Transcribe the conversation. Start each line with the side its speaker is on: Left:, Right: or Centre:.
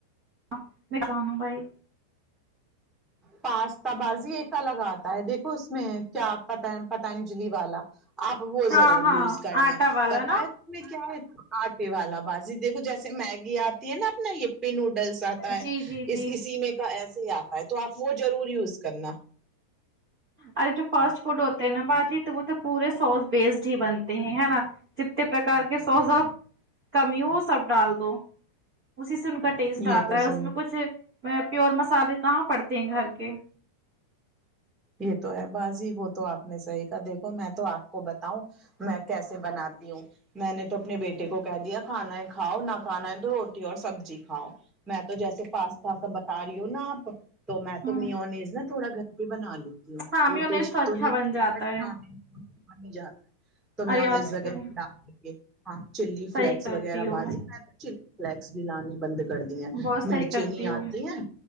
Right: <unintelligible>
Centre: پاستا بازی ایک الگ آتا ہے دیکھو اس میں کیا پت پتنجلی والا آپ وہ
Right: ہاں
Centre: ضرور
Right: ہاں
Centre: یوز کرنا
Right: آٹا والا
Centre: پتہ
Right: نا
Centre: ہے میں کیا ہے آٹے والا بازی دیکھو جیسے میگی آتی ہے نا اپنا یپی نوڈلس ہے
Right: جی جی
Centre: اس
Right: جی
Centre: اسی میں کا ایسے ہی آتا ہے تو آپ وہ ضرور یوز کرنا
Right: اور جو فاسٹ فوڈ ہوتے ہیں نا باجی تو وہ تو پورے سوس بیسڈ ہی بنتے ہیں ہے نا جتنے پراکار سوزا کمی ہو سب ڈال دو اسی سے ان کا ٹیسٹ
Centre: یہ
Right: آتا
Centre: تو
Right: ہے اس
Centre: صحیح
Right: میں کچھ پیور مسالے کہاں پڑتے ہیں گھر کے
Centre: یہ تو ہے بازی وہ تو آپ نے صحیح کہا دیکھو میں تو آپ کو بتاؤں میں کیسے بناتی ہوں میں نے تو اپنے بیٹے کو کہہ دیا کھانا ہے کھاؤ نہ کھانا ہے تو روٹی اور سبزی کھاؤ میں تو جیسے پاستا س بتا رہی ہوں نا آپ تو میں
Right: ہوں
Centre: تو میونیز نا تھوڑا گھر پہ بنا لوں
Right: ہاں
Centre: وہ
Right: میونیز
Centre: ٹیسٹ
Right: اچھا
Centre: تو نہیں
Right: بن جاتا
Centre: آتا
Right: ہے
Centre: <unintelligible> جاتا تو میںز
Right: ارے آج
Centre: وغیرہ
Right: کل
Centre: ہاں چلی
Right: صحیح
Centre: فلیکس
Right: کرتی
Centre: وغیرہ
Right: ہو
Centre: باجی چ فلیکس بھی لانی بند کر کر دی ہیں
Right: بہت صحیح
Centre: مرچیں
Right: کرتی
Centre: نہیں آتی
Right: ہو
Centre: ہیں